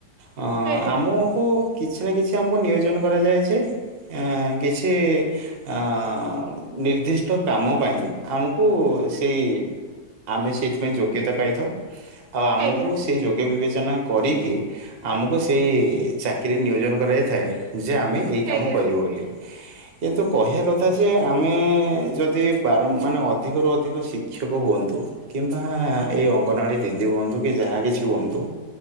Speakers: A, on the right; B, on the right.
A: ହଁ-ଅ-ଅ
B: ଆଜ୍ଞା
A: ଆମକୁ କିଛି ନା କିଛି ଆମକୁ ନିୟୋଜନ କରାଯାଇଛି। ଅଁ-ଅ-ଅ କିଛି ଅଁ-ଅ-ଅ-ଅ-ଅ ନିର୍ଦ୍ଦିଷ୍ଟ କାମ ପାଇଁ ଆମକୁ ସେଇ ଆମେ ସେଇଥିପାଇଁ ଯୋଗ୍ୟତା ପାଇଥାଉ। ଆଉ ଆମକୁ
B: ଆଜ୍ଞା
A: ସେଇ ଯୋଗ୍ୟ ବିବେଚ- ଚନା କରିକି ଆମକୁ ସେଇ-ଇ-ଇ ଚାକିରି ନିୟୋଜନ କରାଯାଇଥାଏ। ଯେ ଆମେ ଏଇ କାମ
B: ଆଜ୍ଞା
A: କରିବୁ ବୋଲି। କିନ୍ତୁ କହିବା କଥା ଯେ ଆମେ-ଏ-ଏ-ଏ ଯଦି ବାରମ୍ ମାନେ ଅଧିକରୁ ଅଧିକ ଶିକ୍ଷକ ହୁଅନ୍ତୁ। କିମ୍ବା-ଆ-ଆ ଏଇ ଅଙ୍ଗନବାଡି ଦିଦି ହୁଅନ୍ତୁ କି ଯାହା କିଛି ହୁଅନ୍ତୁ